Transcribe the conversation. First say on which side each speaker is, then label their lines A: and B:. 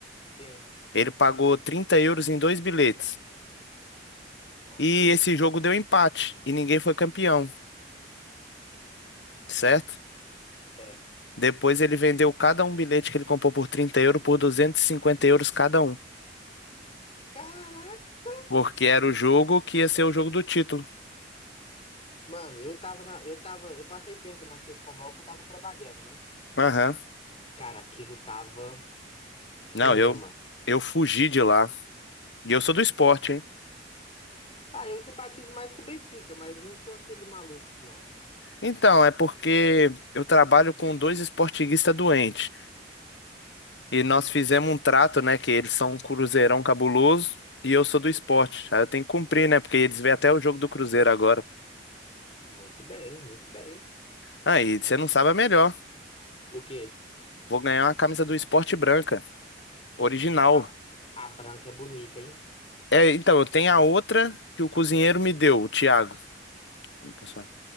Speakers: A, on the left; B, on the left.
A: sim.
B: Ele pagou 30 euros em dois bilhetes.
A: Ok,
B: E esse jogo deu empate e ninguém foi campeão, certo?
A: certo.
B: Depois ele vendeu cada um bilhete que ele comprou por 30 euros por 250 euros cada um,
A: Caraca!
B: porque era o jogo que ia ser o jogo do título.
A: Mano, eu tava na. Eu tava. Eu passei perto do Marquês de Pombal que eu tava trabalhando, né?
B: Aham.
A: Cara, aquilo tava cinema.
B: Não, eu eu fugi de lá. E eu sou do esporte, hein?
A: Ah, eu simpatizo mais com o Benfica, mas não sou aquele maluco, não.
B: Então, é porque eu trabalho com dois esportiguistas doentes. E nós fizemos um trato, né? Que eles são um cruzeirão cabuloso e eu sou do esporte. Aí eu tenho que cumprir, né? Porque eles vêm até o jogo do Cruzeiro agora.
A: Muito bem, muito bem.
B: Aí, você não sabe, é melhor.
A: O quê?
B: Vou ganhar uma camisa do esporte branca, original.
A: A, a branca é bonita, hein?
B: É, então, eu tenho a outra que o cozinheiro me deu, o Thiago. Eu não posso falar.